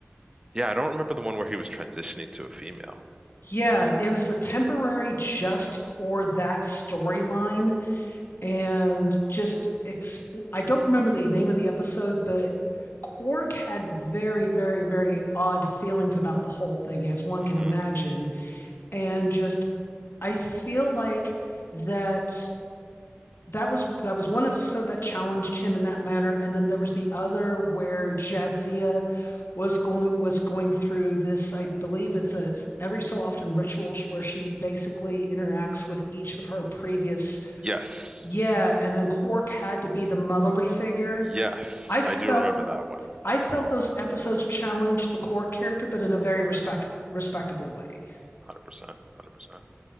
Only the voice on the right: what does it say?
Yeah, I don't remember the one where he was transitioning to a female.
I don't remember
that
one.
hmm
Yes,
yes,
I do remember that one. one
Hundred percent, one hundred percent.